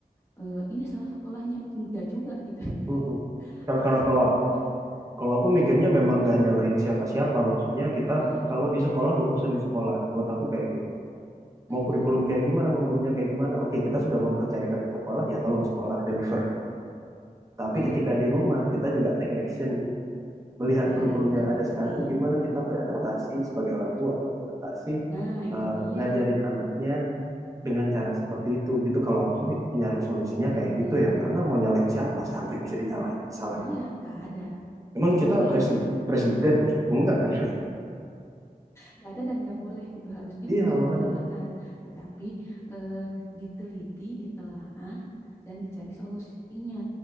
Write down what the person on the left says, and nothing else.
Eh, ini salah sekolahnya nggak juga gitu <laughs>
atau
salah
gurunya
Heeh,
iya
mm,
benar
iya
iya
itu
pasti
nah itu
dia
Heeh,
iya nggak ada
nggak
boleh
nggak ada dan nggak boleh gitu. Harusnya
bukan
menyalahkan, tetapi eh, diteliti, ditelaah dan dicari solusinya